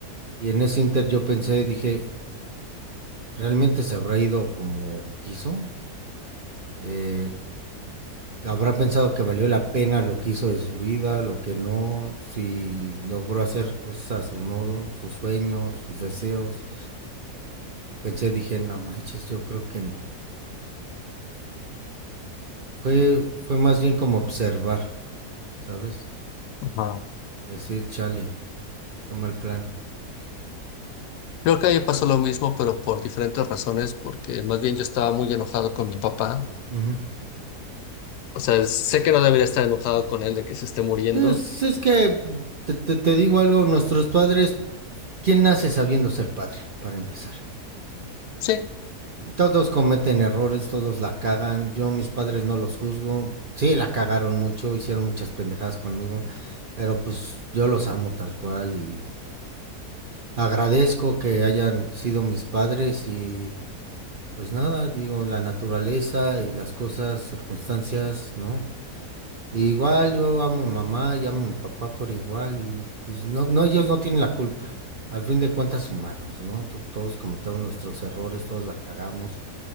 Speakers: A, on the right (about 45°); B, on the left (about 80°).
A: Y en ese inter yo pensé, dije, ¿realmente se habrá ido como quiso? Eh, ¿Habrá pensado que valió la pena lo que hizo de su vida, lo que no, si logró hacer cosas o no, sus sueños, sus deseos? Y pensé, dije, no manches, yo creo que no. Fue, fue más bien como observar, ¿sabes?
B: Ajá.
A: Decir, chale, qué mal plan.
B: Creo que a mí me pasó lo mismo, pero por diferentes razones, porque más bien yo estaba muy enojado con mi papá.
A: Ujú.
B: O sea, sé que no debería estar enojado con él de que se esté muriendo.
A: Entonces, es que te, te- te digo algo, nuestros padres, ¿quién nace sabiendo ser padre, para empezar?
B: Sí.
A: Todos cometen errores, todos la cagan. Yo mis padres no los juzgo. Sí, la cagaron mucho, hicieron muchas pendejadas conmigo, pero pues yo los amo tal cual y agradezco que hayan sido mis padres y pues nada, digo, la naturaleza y las cosas, circunstancias, ¿no? Y igual yo amo a mi mamá y amo a mi papá por igual y pues no, no ellos no tienen la culpa. Al fin de cuentas humanos, ¿no? Todos cometemos nuestros errores, todos la cagamos.